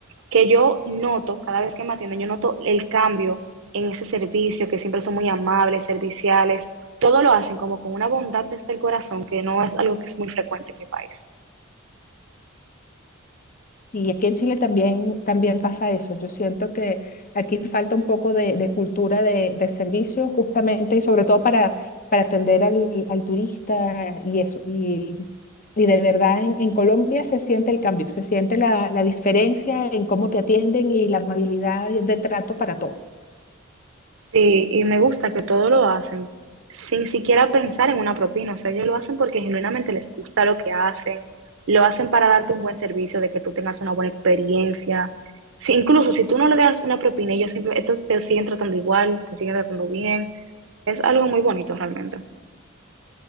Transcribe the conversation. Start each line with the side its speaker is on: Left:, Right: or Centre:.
Right: que yo noto, cada vez que me atienden, yo noto el cambio en ese servicio, que siempre son muy amables, serviciales, todo lo hacen como con una bondad desde el corazón, que no es algo que es muy frecuente en mi país.
Left: Sí, aquí en Chile también, también pasa eso. Yo siento que aquí falta un poco de, de cultura de, de servicio, justamente, y sobre todo para, para atender al, al turista y eso. Y, y de verdad, en, en Colombia se siente el cambio, se siente la, la diferencia en cómo te atienden y la amabilidad de trato para todos.
Right: Sí, y me gusta que todo lo hacen sin siquiera pensar en una propina. O sea, ellos lo hacen porque genuinamente les gusta lo que hacen. Lo hacen para darte un buen servicio, de que tú tengas una buena experiencia. Si- incluso si tú no le das una propina, ellos simple- estos te siguen tratando igual, te siguen tratando bien. Es algo muy bonito realmente.